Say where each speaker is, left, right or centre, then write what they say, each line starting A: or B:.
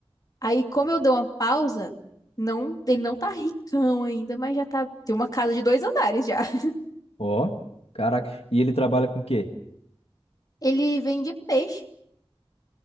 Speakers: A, on the left; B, on the left.
A: Aí, como eu dou uma pausa, não, ele não tá ricão ainda, mas já tá, tem uma casa de dois andares já. <laughs>
B: Ó, caraca. E ele trabalha com o quê?
A: Ele vende peixe